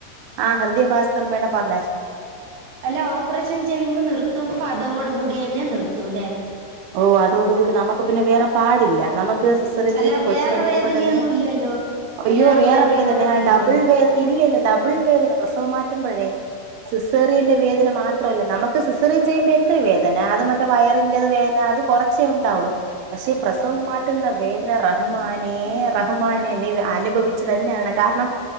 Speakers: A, on the right (about 70°); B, on the right (about 85°).
A: ആഹ് ഹൃദയ ഭാസ്കര മേട പറഞ്ഞെ
B: അല്ലെ ഓപ്പറേഷൻ ചെയ്യുമ്പോ നിർത്തുമ്പോ അതോട കൂടി തന്നെ നിർത്തൂല്ലേ
A: ഓ അതോടുകൂടി നമുക്ക് പിന്നെ വേറെ പാടില്ല നമുക്ക് സിസ്സറൻ
B: അല്ല
A: ചെയ്ത് കൊച്ചിനെ
B: വേറെ വേദനയൊന്നും
A: തന്നെ
B: ഇല്ലല്ലോ
A: അയ്യോ
B: അല്ല ആ
A: വേറെ
B: വേദനയോടെ
A: വേദനയാ
B: തീരുവോ
A: ഡബിൾ വേദന ഇല്ല ഇല്ല ഡബിൾ വേദന പ്രസവം മാറ്റുമ്പോഴേ സിസേറിയന്റെ വേദന മാത്രല്ല നമുക്ക് സിസേറിയൻ ചെയ്യുമ്പ എന്ദന്ത്രി വേദന അത് മറ്റേ വയറിന്റെറത് വേദന അത് കുറച്ചേണ്ടാവുള്ളൂ പക്ഷേ പ്രസവ് മാറ്റുന്ന വേദന റ റഹ്മാനെ റഹ്മാനെ നീ അനുഭവിച്ചു തന്നെയാണ് കാരണം